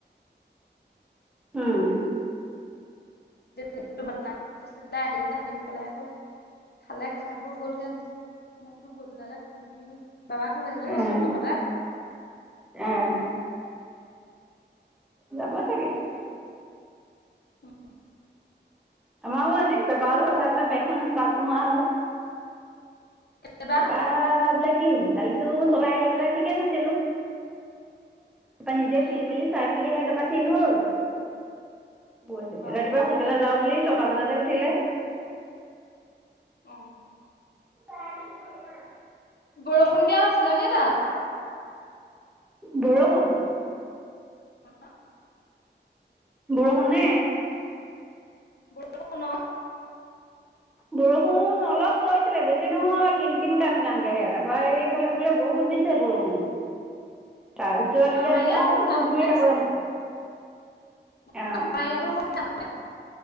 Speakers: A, in the centre; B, on the left.
A: উম
B: <unintelligible> <unintelligible> দ আহি আহিপেলাই আকৌ খালে খাব গলকে মই বোলো গধূলালে সেই বাবাক লৈ আহিলে কচোন
A: আহ
B: লগতে
A: আহ যাব চাগে
B: অ
A: <unintelligible>
B: এইবা
A: তা পা বো কি হ'ল কালিতো চলাই আহি পেলাই ঠিকে থৈছিলো তাপা নিজে খুলিমিল
B: অ
A: চাই মি হে তাপা ঠিক হ'ল বৈ থাগে
B: অ
A: ৰাতিপুৱা সোনকালে যাওঁ বুলি ছটা বজাতে উঠিলে
B: আহ
A: ব কৰি না
B: বৰষুণ দিয়া নাছিলে নি তাত
A: বৰষুন
B: হ
A: বৰষুণ নে
B: বৰষুণ
A: বৰষুণ অলপ পৰিছিলে বেছি নহয় কিন কিন কান কানকেহে তাৰপৰা এইফালে বোলে বহুত ত দিছে বৰষুণ তাৰপিছত
B: অ
A: এতিয়া
B: আমাৰ
A: একদম
B: ইয়াত বহুত
A: ভুভুৰীয়া
B: ডাঙৰকে দিছিলে
A: গৰম
B: <unintelligible>
A: অ